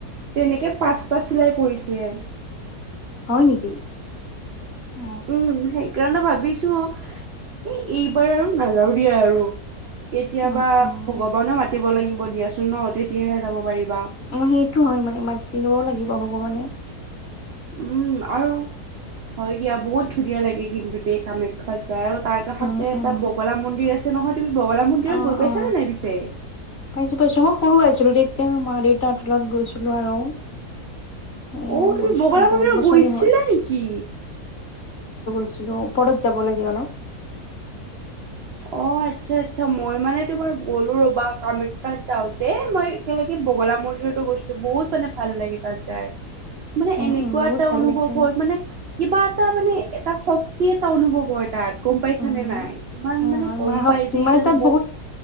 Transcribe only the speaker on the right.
তেনেকে পাঁচটা চিলাই পৰিছিলে। উম
উম সেইকাৰণে ভাবিছো এ এইবাৰ আৰু নাযাওঁ দিয়া আৰু। কেতিয়াবা
ভগৱানে মাতিব লাগিব। দিয়াচোন ন তেতিয়াহে যাব পাৰিব।
উম আৰু হয় দিয়া বহুত। ধুনীয়া লাগে কিন্তু দেই কামাখ্যাত। আৰু তাৰ কাষতে
এটা
বগলা মন্দিৰ আছে। নহয় তুমি বগলা মন্দিৰত
গৈ পাইছানে
নাই পিছে?
অ তুমি
বগালা
মন্দিৰত
গৈছিলা
নেকি?
অ আচ্ছা আচ্ছা মই মানে তোমাৰ গ'লো ৰ'বা কামাখ্যাত যাওঁতে মই একেলগে বগলা মন্দিৰতো গৈছিলো বহুত মানে ভাল লাগে তাত যাই। মানে
এনেকুৱা
এটা
অনুভৱ
হয় মানে কিবা এটা মানে এটা শক্তি এটা অনুভৱ হয় তাত গম পাইছা।
নে নাই ইমান
মানে
গম
পাইছে এইটো
এ
বহুত